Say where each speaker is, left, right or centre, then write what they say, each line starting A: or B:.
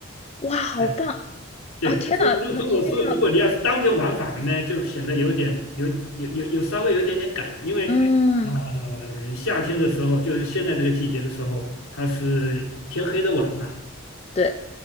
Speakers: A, on the left; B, on the left.
A: 哇，好棒！
B: 哎，对，
A: 啊，天呐，
B: 所以如如果说如果你要是当天往返呢，
A: 那一定要，
B: 就显得有点有有有有稍微有一点点赶，因为呃夏天的时候，
A: 嗯，
B: 就是现在这个季节的时候，它是天黑的晚嘛。
A: 对，